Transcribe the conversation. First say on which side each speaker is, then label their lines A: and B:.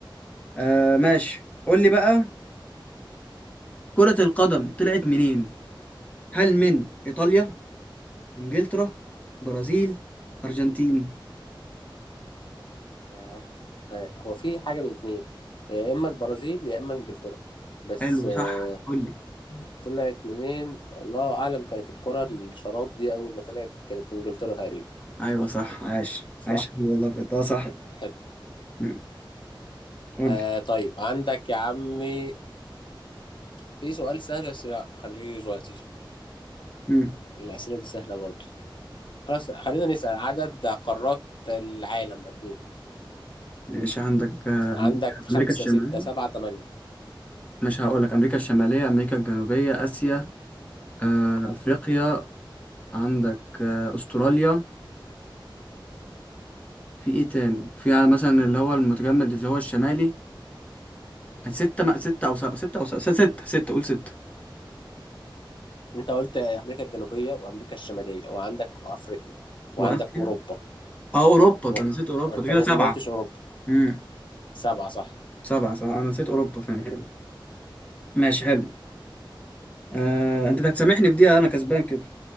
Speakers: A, on the left (about 15°); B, on the left (about 65°).
A: آه ماشي قول لي بقى كرة القدم طلعت منين هل من ايطاليا انجلترا برازيل ارجنتين
B: آه، آه، هو في حاجة من اتنين يا إما البرازيل يا إما إنجلترا بس
A: حلو
B: آه،
A: صح قول لي
B: طلعت منين الله أعلم كانت الكرة الشراب دي أول ما طلعت كانت إنجلترا تقريبا
A: ايوه صح عاش
B: صح؟
A: عاش والله بجد اه صح
B: حلو
A: مم. قول
B: آه طيب عندك يا عمي في سؤال سهل بس لا خليني دلوقتي
A: لي
B: الأسئلة دي سهلة برضه خلاص خلينا نسأل عدد قارات العالم قد إيه؟
A: ماشي عندك آه،
B: عندك
A: أمريكا
B: خمسة
A: أمريكا الشمالية
B: ستة سبعة تمانية
A: مش هقول لك أمريكا الشمالية أمريكا الجنوبية آسيا آه، أفريقيا عندك آه، أستراليا في إيه تاني في يعني مثلا اللي هو المتجمد اللي هو الشمالي ستة م- ستة أو سبعة ستة أو سبعة ستة ستة قول ستة
B: أنت قلت أمريكا الجنوبية وأمريكا الشمالية وعندك أفريقيا وعندك
A: وآسيا
B: أوروبا
A: أه أوروبا
B: و-
A: ده أنا نسيت أوروبا
B: وانت
A: ده كده
B: ما
A: سبعة
B: ما قلتش اوروبا
A: امم
B: سبعة صح
A: سبعة صح أنا نسيت أوروبا فعلا ماشي حلو آه، أنت هتسامحني في دي أنا كسبان كده